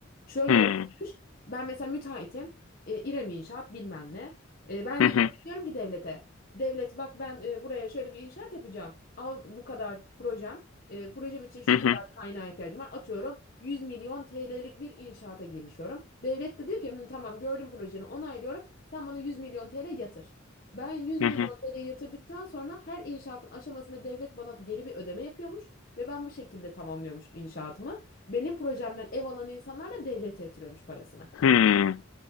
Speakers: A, on the left; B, on the left.
A: Şöyle
B: Hmm.
A: olmuş. Ben mesela müteahhitim. E, İrem İnşaat bilmem ne. E, ben
B: Hı
A: gidiyorum
B: hı,
A: diyorum ki devlete. Devlet bak ben e, buraya şöyle bir inşaat yapacağım. Al bu kadar projem. E, projem için şu
B: hı hı,
A: kadar kaynağa ihtiyacım var. Atıyorum 100 milyon TL'lik bir inşaata girişiyorum. Devlet de diyor ki "Hı, tamam gördüm projeni onaylıyorum. Sen bana 100 milyon TL yatır. Ben 100 milyon
B: hı hı.
A: TL'ye yatırdıktan sonra her inşaatın aşamasında devlet bana geri bir ödeme yapıyormuş ve ben bu şekilde tamamlıyormuş inşaatımı. Benim projemden ev alan insanlar da devlete yatırıyormuş parasını.
B: Hıı.